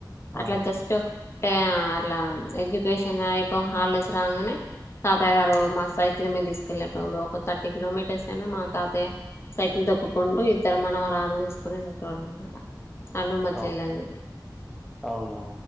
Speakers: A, on the left (about 35°); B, in the centre.
A: అట్లా
B: ఆ
A: జెస్టు ప్యా అట్లా ఎడ్యుకేషన్ ఐపో హాల్డేస్ రాంగనే తాత గారు మా సైకిల్ మీద తీసుకెళ్ళేటోళ్ళు ఒక థర్టీ కిలోమీటర్స్ అయినా మా తాతయ్య సైకిల్ తొక్కుకుంటూ ఇద్దరు మనవరాలనీ తీసుకొని వెళ్ళే టోళ్ళు అనమాట. అను మా
B: అవు
A: చెల్లెల్ని
B: అవునా